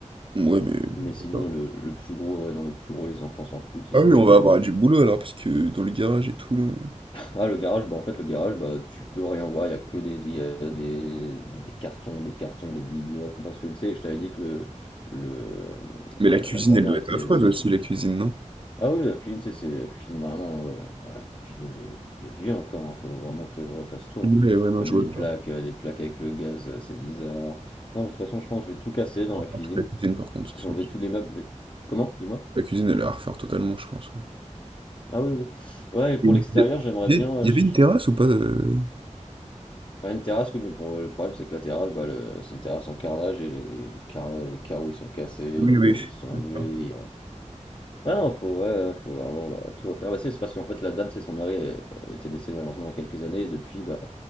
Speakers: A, on the right; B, on the left.
A: Ouais, mais
B: Mais sinon,
A: d'accord.
B: le, le plus gros, ouais, non, le plus gros, les enfants s'en foutent,
A: Ah
B: ils
A: oui,
B: m'ont
A: on
B: dit,
A: va
B: bon.
A: avoir du boulot alors, parce que dans le garage et tout, là.
B: Ah, le garage, bah, en fait, le garage, bah, tu peux rien voir, il y a que des, il y a des, il y a des cartons, des cartons, des bibioles, parce que, tu sais, je t'avais dit que le, le,
A: Mais
B: la,
A: la cuisine,
B: la grand-mère
A: elle doit
B: était,
A: être affreuse aussi, la cuisine, non?
B: Ah oui, la cuisine, tu sais, c'est la cuisine vraiment, euh, voilà, la cuisine de, de vieux encore, hein, faut vraiment que je refasse tout, hein.
A: Ouais, ouais, non,
B: Même
A: je vois
B: les
A: le
B: plaques,
A: genre.
B: euh, les plaques avec le gaz, euh, c'est bizarre. Non, de toute façon, je pense que je vais tout casser dans
A: Enfin,
B: la cuisine,
A: toute la cuisine, par contre, c'est
B: j'ai enlevé
A: sûr.
B: tous les meubles. Comment? Dis-moi.
A: La cuisine, elle est à refaire totalement, je pense, ouais.
B: Ah oui, oui. Ouais, et pour
A: Et Il
B: l'extérieur,
A: y
B: j'aimerais bien,
A: a-
B: euh,
A: il y
B: je-
A: avait une terrasse ou pas euh,
B: ouais, une terrasse, oui, mais bon, euh, le problème, c'est que la terrasse, bah, le- c'est une terrasse en carrelage, et les, les, carrela- les carreaux, ils sont cassés,
A: Oui,
B: il y a
A: oui.
B: de la- qui sont enlevés,
A: D'accord.
B: Ah non, faut, ouais, ouais, faut vraiment bah, tout refaire. Bah, c'est c'est parce qu'en fait, la dame, c'est son mari elle- elle était décédé malheureusement il y a quelques années, et depuis, bah,